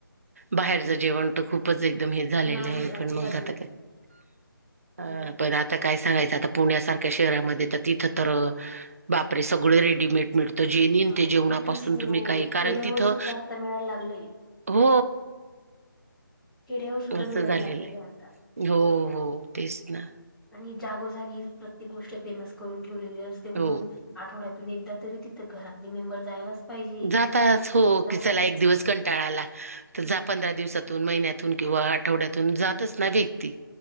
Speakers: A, on the right; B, in the centre.
A: बाहेरच जेवण खूपच एकदम हे झालेलं
B: नाही
A: आहे
B: अजिबात
A: पण मग आता
B: नाही
A: काय
B: अजिबात नाही
A: पण ता काय सांगायचं आता पुण्यासारख्या शहरामध्ये तर तिथं तर बापरे सगळे रेडीमेड मिळत जे नेनते
B: अहो
A: जेवणापासून
B: कुठच नाही
A: तुम्ही
B: हो
A: काही कारण
B: खेड्यावर
A: तिथं
B: सुद्धा आता मिळायला लागलय
A: हो
B: खेड्यावर सुद्धा
A: असं
B: मिळायला
A: झालेलं
B: लागलेलं
A: आहे
B: आता
A: हो हो तेच ना
B: आणि जागोजागी प्रत्येक गोष्ट फेमस करून ठेवलेली असते म्हणून
A: हो.
B: आठवड्यातून एकदा तरी तिथं घरातले मेंबर जायलाच पाहिजे
A: जातच
B: तिथं खातात
A: हो
B: जातातच
A: की चला एक दिवस कंटाळाला तर
B: हम्म
A: जा पंधरा दिवसात महिन्यातून किंवा आठवड्यातून जातच ना व्यक्ती